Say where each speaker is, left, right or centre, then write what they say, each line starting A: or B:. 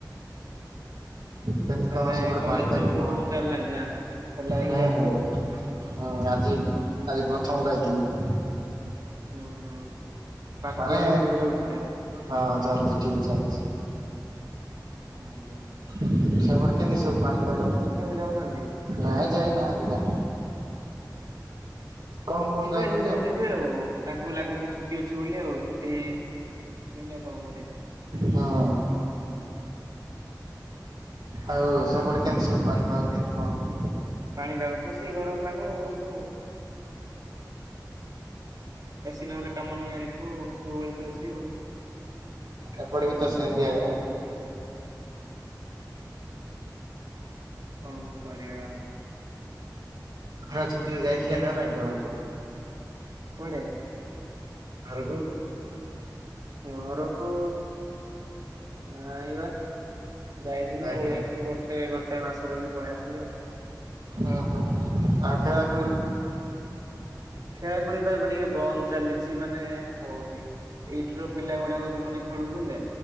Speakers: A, on the right; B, on the right.
A: କେମିତି
B: ତାହେଲେ
A: କଣ ସେପଟେ
B: କଲେଜ
A: ପାଣିପାଗ
B: ସବୁ
A: କଣ?
B: ଚାଲିଲାଣି ନା, ଖୋଲା ହେଇକି
A: ହୁଁ
B: ଯାଉଛୁ
A: ହୁଁ
B: ଆଉ।
A: ହୁଁ ଆଜି ଆଜି ପ୍ରଥମ ଯାଇଥିଲି।
B: ହୁଁ -ହୁଁ। ପାଠ
A: ମାନେ
B: ପଢା ପଢି ଠିକ ରହୁଛି ତାହେଲେ
A: ହଁ ଚାଲଛି ଠିକ୍ ଚାଲଛି।
B: ହୁଁ - ହୁଁ।
A: ସେପଟେ କେମିତି ସବୁ ପାଣି ପାଗ?
B: ଯାଉନାହାନ୍ତି?
A: ନାଇଁ ଯାଇନାହାନ୍ତି ଯା କମ କମ
B: ଯିବେ
A: ଯାଉଛନ୍ତି
B: ଧୀରେ ଧୀରେ ଯିବେ ଆଉ। ତାଙ୍କୁ ଲାଗୁଛି ଛୁଟି ଅଛି ବୋଲି ଆଉ, ଛୁଟି ସଇଲେ ଆଉ କଣ କରିବେ?
A: ହଁ। ଆଉ ସେପଟେ କେମିତି ସବୁ ପାଣି ପାଗ କେମିତି କଣ?
B: ପାଣି ପାଗ ତ ସେଇ ଗରମ ପାଗ ଆଉ ଆମର ଆଉ। ଏ ସି ନହେଲେ କାମ ନାଇ ଜାଣିଥିବ ଆଉ, ସବୁବେଳେ ତ ଏ ସି ଆଉ।
A: ଏପଟେ ବି ତ ସେନ୍ତିଆ
B: କଣ କରିବା ଆଉ?
A: ଖରା ଛୁଟିରେ ଯାଇଥିଲେ ନା ନାଇଁ ଘରକୁ?
B: କୁଆଡେ?
A: ଘରକୁ।
B: ଘରକୁ ନାଇଁବା। ଯାଇଥିଲି
A: ଯାଇନା
B: ପଳେଇ ଆସିଲି ଗୋଟେ ଗୋଟେ ମାସ ରହିକି ପଳେଇ ଆସିଲି ଆଉ।
A: ଓ ହୋ ଆଉ ଖେଳା ଖୁଳି।
B: ଖେଳାଖେଳି ବା ଏବେ ଟିକେ ବନ୍ଦ ଚାଲିଛି ମାନେ ହଉନି। ଏଇଠି୍ ର ପିଲା ଗୁଡାକ ଯୋଉମାନେ ଖେଳୁଥିଲେ।